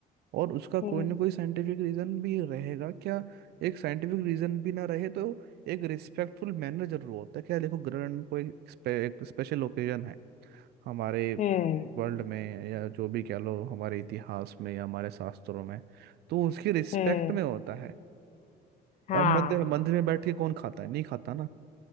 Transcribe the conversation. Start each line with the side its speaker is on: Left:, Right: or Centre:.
Right: और उसका
Left: हम्म
Right: कोई ना कोई साइंटिफिक रीजन भी रहेगा क्या एक साइंटिफिक रीजन भी ना रहे तो एक रिस्पेक्टफुल मैनर जरूर होता है क्या देखो ग्रहण में कोई स्पे, एक स्पेशल ओकेजन है हमारे
Left: हम्म
Right: वर्ल्ड में या जो भी कह लो हमारे इतिहास में या हमारे शास्त्रों में तो उसकी रिस्पेक्ट
Left: हम्म
Right: में होता है
Left: हाँ
Right: अब मंदिर मंदिर में बैठ के कौन खाता है नहीं खाता ना